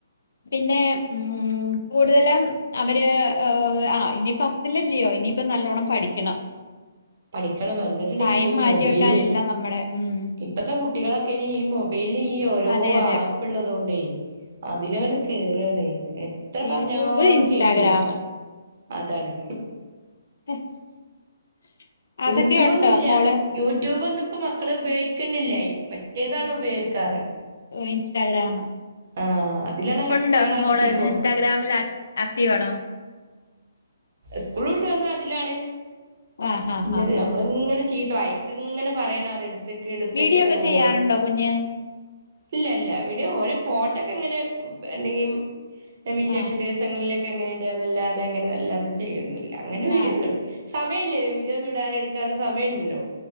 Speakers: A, on the left (about 70°); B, on the right (about 40°).
A: പിന്നെ ഉമ് കൂടുതലും അവര് ആഹ് ഇനിയിപ്പ ല്ലല്ലയോ ഇനിയിപ്പ നല്ലോണ്ണം പഠിക്കണം
B: പഠിക്കണം വന്നിട്ടുണ്ടെങ്കി
A: ടൈം
B: പിന്ന ഈ
A: മാറ്റി
B: മൊബൈലേ
A: വെക്കാനില്ല നമ്മടെ ഉം
B: പ്പോത്തെ കുട്ടികളൊക്കെ ഈ മൊബൈലിൽ ഈ ഓരോ
A: അതെ അതെ
B: ആ പ്പ് ള്ളതോണ്ടേ അതിലങ്ങട് കേറാണ് ത്ര പറഞ്ഞാലും
A: യൂട്യൂബ് ഇൻസ്റ്റാഗ്രാം
B: കേക്കൂല അതാണ്
A: <inaudible>
B: യൂട്യൂബ്
A: ഉണ്ടോ
B: ഒന്നുള്ള
A: മോള്
B: യൂട്യൂബ് ഒന്നും ഇപ്പ മക്കള ഉപയോഗിക്കുന്നല്ല്യ മറ്റേതാണ്
A: ആഹ്
B: ഉപയോഗിക്കാറ്
A: ഇൻസ്റ്റാഗ്രാമ്
B: ആഹ് അതിലാണല്ലോ
A: ഉണ്ടോ
B: കുട്ടികള്
A: മോള്
B: അധികോം
A: ഇൻസ്റ്റാഗ്രാമിലാ ആക്റ്റീവാ ണോ
B: സ്കൂൾ വിട്ട് വന്നാ അതിലാണ്
A: ആഹ് ഹാ
B: പിന്നെ
A: ഹാ ഹാ
B: നമ്മളിങ്ങനെ ചീത്ത വായക്ക് ങ്ങനെ പറയണ അത് ടുത്തക്ക് എടത്തക്ക്
A: വീഡിയോ
B: ന്നൊക്കെ
A: ഒക്കെ ചെയ്യാറുണ്ടോ
B: ഓര്
A: കുഞ്ഞ്
B: ഇല്ല ല്ല വിടെ ഒരു ഫോട്ടോക്കെ അങ്ങനെ എന്തെങ്കും വിശേഷ
A: ആഹ്
B: ദി സങ്ങളിലൊക്കെ ങ്ങനെ ഇടന്നല്ലാതെ ങ്ങനെ അല്ലാതെ ചെയ്യന്നില്ല അങ്ങനെ വീഡിയോന്നുണ്ട്
A: ആഹ്
B: സമയമില്ലല്ലോ വീഡിയോ ഒന്നും ഇടാെ എടുക്കാൻ സമയല്ലല്ലോ